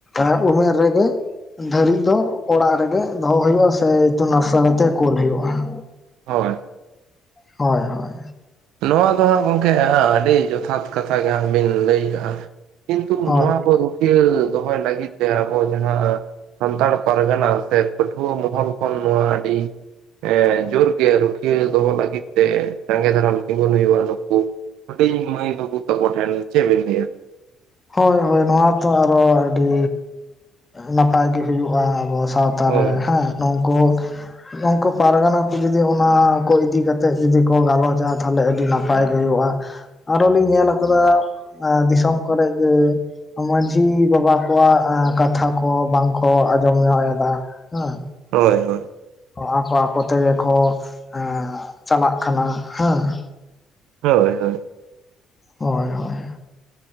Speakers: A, on the left; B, on the right.
A: ᱮᱸ ᱩᱢᱮᱨ ᱨᱮᱜᱮ ᱫᱷᱟᱹᱨᱤᱡ ᱫᱚ ᱚᱲᱟᱜ ᱨᱮᱜᱮ ᱫᱚᱦᱚ ᱦᱩᱭᱩᱜᱼᱟ ᱥᱮ ᱤᱛᱩᱱ ᱟᱥᱲᱟ ᱛᱮ ᱠᱳᱞ ᱦᱩᱭᱩᱜᱼᱟ ᱾
B: ᱦᱳᱭ
A: ᱦᱳᱭ ᱦᱳᱭ
B: ᱱᱚᱣᱟ ᱫᱚ ᱦᱟᱹᱜ ᱜᱚᱢᱠᱮ ᱦᱟᱸᱜ ᱟᱹᱰᱤ ᱡᱚᱛᱷᱟᱛ ᱠᱟᱛᱷᱟ ᱜᱮ ᱦᱟᱸᱜ ᱵᱤᱱ ᱞᱟᱹᱭᱟᱠᱟᱜᱼᱟ ᱾ ᱠᱤᱱᱛᱩ
A: ᱦᱳᱭ
B: ᱱᱚᱣᱟ ᱠᱚ ᱨᱩᱠᱷᱤᱭᱟᱹ ᱫᱚᱦᱚᱭ ᱞᱟᱹᱜᱤᱫ ᱛᱮ ᱟᱵᱚ ᱡᱟᱦᱟᱸ ᱟᱹ ᱥᱟᱱᱛᱟᱲ ᱯᱟᱨᱜᱟᱱᱟ ᱥᱮ ᱯᱟᱹᱴᱷᱩᱣᱟᱹ ᱢᱚᱦᱚᱞ ᱠᱷᱚᱱ ᱱᱚᱣᱟ ᱟᱹᱰᱤ ᱦᱮᱸ ᱡᱩᱨ ᱜᱮ ᱨᱩᱠᱷᱤᱭᱟᱹ ᱫᱚᱦᱚ ᱞᱟᱹᱜᱤᱫ ᱛᱮ ᱥᱟᱸᱜᱮ ᱫᱟᱨᱟᱢ ᱛᱤᱸᱜᱩᱱ ᱦᱩᱭᱩᱜᱼᱟ᱾ ᱱᱩᱠᱩ ᱦᱩᱰᱤᱧ ᱢᱟᱹᱭ ᱵᱟᱹᱵᱩ ᱛᱚᱠᱚ ᱴᱷᱮᱱ ᱪᱮᱫ ᱵᱤᱱ ᱞᱟᱹᱭᱼᱟ ᱾
A: ᱦᱳᱭ ᱦᱳᱭ ᱱᱚᱣᱟ ᱛᱚ ᱟᱨᱚ ᱟᱹᱰᱤ ᱱᱟᱯᱟᱭ ᱜᱮ ᱦᱩᱭᱩᱜᱼᱟ ᱾ ᱟᱵᱚ ᱥᱟᱶᱛᱟ
B: ᱦᱳᱭ
A: ᱨᱮ ᱦᱮᱸ ᱱᱩᱝᱠᱩ ᱱᱩᱝᱠᱩ ᱯᱟᱨᱜᱟᱱᱟ ᱠᱚ ᱡᱩᱫᱤ ᱚᱱᱟ ᱠᱚ ᱤᱫᱤ ᱠᱟᱛᱮᱫ ᱡᱩᱫᱤ ᱠᱚ ᱜᱟᱞᱚᱪᱼᱟ ᱛᱟᱦᱚᱞᱮ ᱟᱹᱰᱤ ᱱᱟᱯ ᱯᱟᱭ ᱦᱩᱭᱩᱜᱼᱟ᱾ ᱟᱨᱚ ᱞᱤᱧ ᱧᱮᱞ ᱟᱠᱟᱫᱟ ᱟᱸ ᱫᱤᱥᱚᱢ ᱠᱚᱨᱮ ᱡᱮ ᱢᱟᱺᱡᱷᱤ ᱵᱟᱵᱟ ᱠᱚᱣᱟᱜ ᱠᱟᱛᱷᱟ ᱠᱚ ᱵᱟᱝᱠᱚ ᱟᱸᱡᱚᱢ ᱧᱚᱜ ᱮᱫᱟ, ᱦᱮᱸ ᱾
B: ᱦᱳᱭ ᱦᱳᱭ
A: ᱦᱚᱸ ᱟᱠᱚ ᱟᱠᱚ ᱛᱮᱜᱮ ᱠᱚ ᱦᱮᱸ ᱪᱟᱞᱟᱜ ᱠᱟᱱᱟ ᱦᱮᱸ ᱾
B: ᱦᱳᱭ ᱦᱳᱭ
A: ᱦᱳᱭ ᱦᱳᱭ᱾